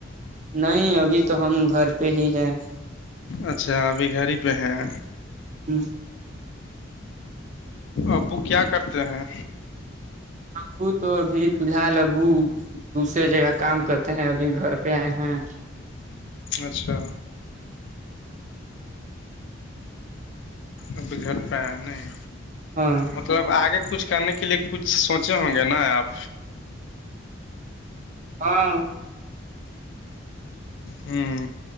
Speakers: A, on the right; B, on the left.
A: نہیں ابھی تو ہم گھر پہ ہی ہیں
B: اچھا ابھی گھر ہی پہ ہیں
A: ہوں
B: ابو کیا کرتے ہیں
A: ابو تو ابھی فی الحال ابو دوسریے جگہ کام کرتے ہیں ابھی گھر پہ آئے ہیں
B: اچھا ا بھی گھر پر ہے نے نہیں
A: ہاں
B: مطلب آگے کچھ کرنے کے لیے کچھ سوچے ہوں گے نا آپ
A: ہاں
B: ہاں